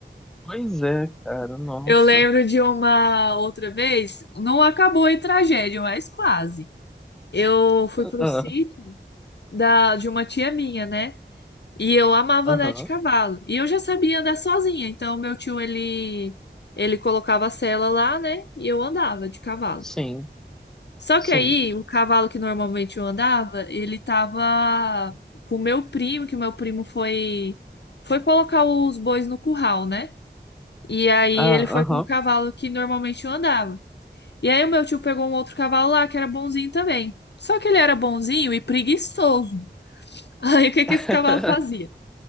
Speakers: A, in the centre; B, on the left.
A: Pois é, cara, nossa.
B: Eu lembro de uma outra vez, não acabou em tragédia, mas quase. Eu fui pro
A: Ah,
B: sítio da, de uma tia minha, né? E eu amava
A: Aham,
B: andar de cavalo. E eu já sabia andar sozinha, então meu tio ele ele colocava a sela lá, né? E eu andava de cavalo.
A: sim,
B: Só
A: sim.
B: que aí, o cavalo que normalmente eu andava, ele tava com o meu primo, que o meu primo foi foi colocar os bois no curral, né? E aí ele
A: Ah,
B: foi
A: aham.
B: com o cavalo que normalmente eu andava. E aí o meu tio pegou um outro cavalo lá que era bonzinho também. Só que ele era bonzinho e preguiçoso. <laughs> Aí o que que
A: <laughs>
B: esse cavalo fazia?